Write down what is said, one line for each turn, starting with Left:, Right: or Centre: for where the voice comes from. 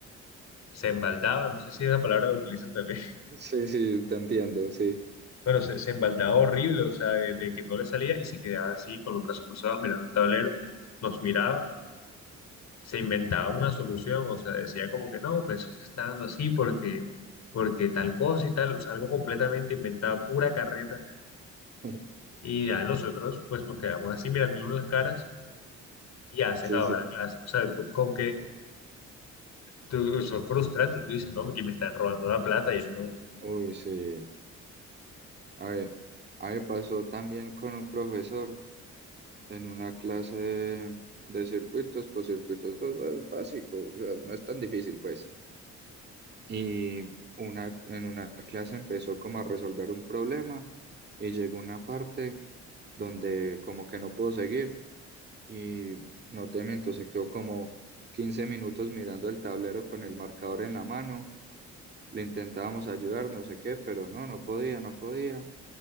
Left: se embaldaba, no sé si esa palabra la utilizan también
Right: Sí, sí, te entiendo, sí.
Left: Bueno, se, se embaldaba horrible, o sea, de, de que no le salía y se quedaba así con los brazos cruzados mirando el tablero, nos miraba, se inventaba una solución, o sea, decía como que no, pues eso se está dando así porque, porque tal cosa y tal, o sea, algo completamente inventado, pura carreta,
Right: <laughs>
Left: y a nosotros pues nos quedamos así mirándonos las caras y ya se
Right: Sí,
Left: acababa
Right: sí.
Left: la clase, o sea, con, con que tú, eso es frustrante, tú dices, no, que me están robando la plata y yo no,
Right: Uy, sí. A ver, a mí me pasó también con un profesor en una clase de, de circuitos, pues circuitos dos, pues, básico, o sea, no es tan difícil, pues. Y una, en una clase empezó como a resolver un problema y llegó una parte donde como que no pudo seguir y no te miento, se quedó como 15 minutos mirando el tablero con el marcador en la mano. Le intentábamos ayudar, no sé qué, pero no, no podía, no podía.